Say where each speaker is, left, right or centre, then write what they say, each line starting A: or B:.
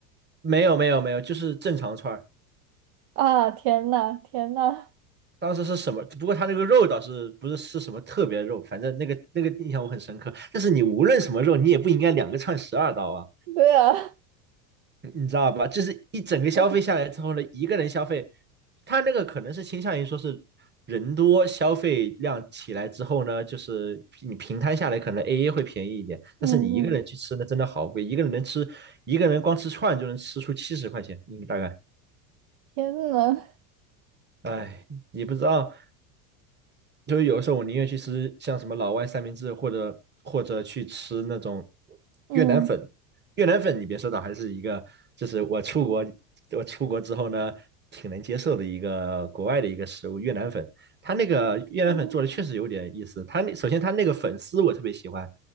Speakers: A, on the right (about 25°); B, on the right (about 55°).
A: 没有没有没有，就是正常串儿。
B: 啊，天呐，天呐，
A: 当时是什么？不过他那个肉倒是不是是什么特别肉，反正那个那个印象我很深刻。但是你无论什么肉，你也不应该两个串十二刀啊，
B: 对啊，
A: 你知道吧？就是一整个消费下来之后呢，
B: <laughs>
A: 一个人消费，他那个可能是倾向于说是人多消费量起来之后呢，就是你平摊下来可能 AA 会便宜一点，
B: 嗯嗯，
A: 但是你一个人去吃呢，真的好贵，一个人能吃一个人光吃串就能吃出七十块钱，应该大概。
B: 天呐，
A: 哎，你不知道，就是有时候我宁愿去吃像什么老外三明治，或者或者去吃那种
B: 嗯
A: 越南粉。越南粉，你别说的，还是一个，就是我出国，我出国之后呢，挺能接受的一个国外的一个食物。越南粉，它那个越南粉做的确实有点意思。
B: 嗯
A: 它那首先它那个粉丝我特别喜欢，